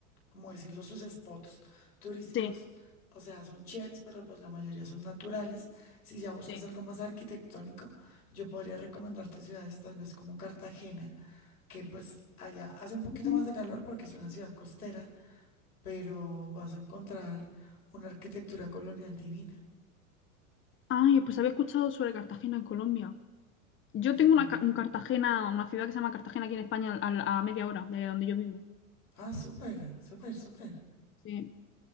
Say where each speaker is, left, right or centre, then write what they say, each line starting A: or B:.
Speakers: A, on the left; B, on the left.
A: ¿cómo decirlo? Sus spots turísticos.
B: sí,
A: O sea, son chéveres, pero pues la mayoría son naturales. Si ya buscas
B: sí.
A: algo más arquitectónico, yo podría recomendarte ciudades tal vez como Cartagena, que pues allá hace un poquito
B: Mm.
A: más de calor porque es una ciudad costera pero vas a encontrar una arquitectura colonial divina.
B: Ay, pues había escuchado sobre Cartagena en Colombia. Yo
A: Ujú.
B: tengo una, ca- un Cartagena, una ciudad que se llama Cartagena aquí en España, al- a, media hora de donde yo vivo.
A: Ah, súper, súper, súper.
B: Sí.